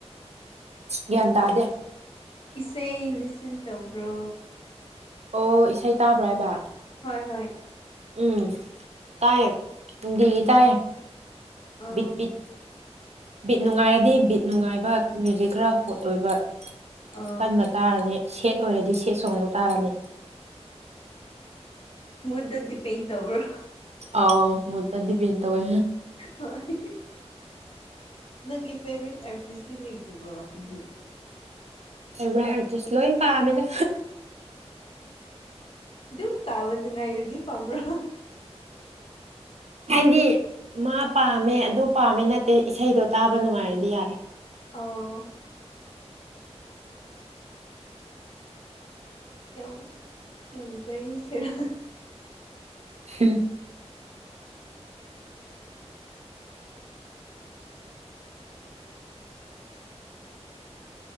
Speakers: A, on the right (about 70°); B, on the left (about 55°).
A: ꯒ꯭ꯌꯥꯟ ꯇꯥꯗꯦ
B: ꯏꯁꯩ ꯂꯤꯁꯤꯟ ꯇꯧꯕ꯭ꯔꯣ
A: ꯑꯣ ꯏꯁꯩ ꯇꯥꯕ꯭ꯔꯥ ꯍꯥꯏꯕ
B: ꯍꯣꯏ ꯍꯣꯏ
A: ꯎꯝ ꯇꯥꯏꯌꯦ ꯅꯨꯡꯗꯤꯒꯤ ꯇꯥꯏꯌꯦ
B: ꯑ
A: ꯕꯤꯠꯕꯤꯠ ꯕꯤꯠ ꯅꯨꯡꯉꯥꯏꯔꯗꯤ ꯕꯤꯠ ꯅꯨꯡꯉꯥꯏꯕ ꯃ꯭ꯌꯨꯖꯤꯛ ꯈꯔ ꯍꯣꯠ ꯑꯣꯏꯕ
B: ꯑ
A: ꯑꯀꯟꯕ ꯇꯥꯔꯅꯤ ꯁꯦꯠ ꯑꯣꯏꯔꯗꯤ ꯁꯦꯠ ꯁꯣꯡꯗꯨ ꯇꯥꯔꯝꯅꯤ
B: ꯃꯨꯗꯗ ꯗꯤꯄꯦꯟꯗ ꯇꯧꯕ꯭ꯔꯣ
A: ꯑꯥꯎ ꯃꯨꯠꯇ ꯗꯤꯄꯦꯟ ꯇꯧꯋꯦ
B: ꯍꯣꯏ ꯅꯪꯒꯤ ꯐꯦꯚꯣꯔꯥꯏꯠ ꯑꯥꯔꯇꯤꯁꯇꯤ ꯂꯩꯇꯕ꯭ꯔꯣ ꯑꯗꯨꯗꯤ
A: ꯐꯦꯕ꯭ꯔꯥꯏꯠ ꯑꯥꯔꯇꯤꯁ ꯂꯣꯏ ꯄꯥꯝꯃꯤꯗ
B: ꯑꯗꯨꯝ ꯇꯥꯕ ꯅꯨꯡꯉꯥꯏꯔꯨꯗꯤ ꯄꯥꯝꯕ꯭ꯔꯣ
A: ꯍꯥꯏꯗꯤ ꯃꯥ ꯄꯥꯝꯃꯦ ꯑꯗꯨ ꯄꯥꯝꯃꯦ ꯅꯠꯇꯦ ꯏꯁꯩꯗꯣ ꯇꯥꯕ ꯅꯨꯡꯉꯥꯏꯔꯗꯤ ꯌꯥꯔꯦ
B: ꯑꯣ ꯌꯥꯝ ꯌꯥꯝ ꯀꯔꯤꯁꯤꯔꯥ
A: ꯍꯨꯝ